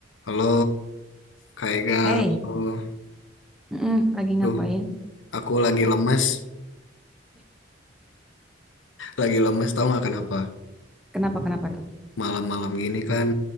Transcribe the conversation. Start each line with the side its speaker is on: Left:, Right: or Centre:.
Left: Halo, Kak Ega.
Centre: Hey,
Left: Halo.
Centre: mm-mm, lagi
Left: Tuh,
Centre: ngapain?
Left: aku lagi lemes. Lagi lemes tahu nggak kenapa?
Centre: Kenapa kenapa tuh?
Left: Malam-malam gini kan